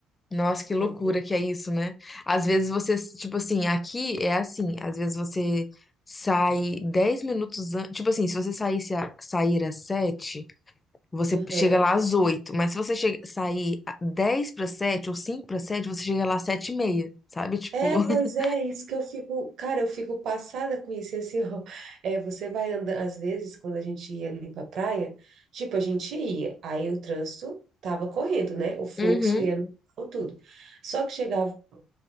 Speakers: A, on the left; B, on the right.
A: Nossa, que loucura
B: É bem.
A: que é isso, né? Às vezes você, tipo assim, aqui é assim, às vezes você sai 10 minutos antes, tipo assim, se você saísse a, sair às sete Você
B: Aham.
A: chega lá às 8, mas se você chega, sair a- 10 para 7 ou 5 para 7, você chega lá às 7 e meia, sabe? Tipo,
B: É,
A: <laughs>
B: pois é, isso que eu fico, cara, eu fico passada com isso, e assim, <laughs> ó, é, você vai andando, às vezes, quando a gente ia ali pra praia, tipo, a gente ia, aí o trânsito tava correndo, né, o fluxo
A: Uhum.
B: ia no tudo, só que chegava uma